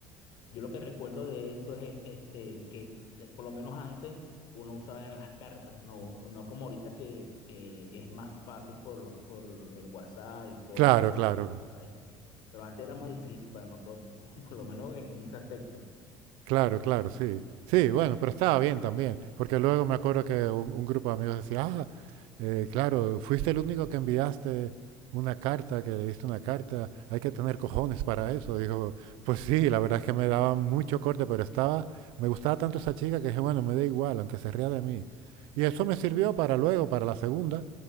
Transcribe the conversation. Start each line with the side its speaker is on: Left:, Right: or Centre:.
Left: Yo lo que recuerdo de eso es este, que eh, por lo menos antes uno usaba en las cartas, no, no como ahorita que, que es más fácil por los, por el WhatsApp y todas
Right: Claro,
Left: las redes sociales
Right: claro.
Left: que hay. Pero antes era más difícil para nosotros, <laughs> por lo menos en en ese aspecto.
Right: Claro, claro, sí. Sí, bueno, pero estaba bien también, porque luego me acuerdo que un, un grupo de amigos decía, ah, eh, claro, fuiste el único que enviaste una carta, que le diste una carta, hay que tener cojones para eso. Dijo, pues sí, la verdad es que me daba mucho corte, pero estaba, me gustaba tanto esa chica que dije, bueno, me da igual, aunque se ría de mí. Y eso me sirvió para luego, para la segunda,